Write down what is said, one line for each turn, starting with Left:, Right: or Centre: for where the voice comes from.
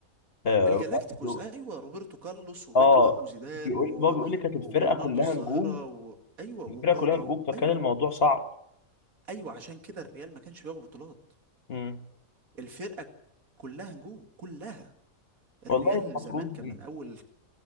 Left: آه،
Right: الجالاكتيكوس
Left: رونالدو
Right: ايوه روبرتو كارلوس وبيكهام
Left: اه
Right: وزيدان
Left: بيقول
Right: و...
Left: بابا بيقول لي كانت
Right: و...
Left: الفرقه
Right: ورونالدو
Left: كلها
Right: الظاهره
Left: نجوم
Right: و... ايوه وكاكا
Left: الفرقه كلها نجوم
Right: و...
Left: فكان
Right: ايوه
Left: الموضوع صعب
Right: ايوه عشان كده الريال ما كانش بياخد بطولات
Left: مم.
Right: الفرقه كلها نجوم كلها الريال
Left: والله المفروض
Right: زمان كان من اول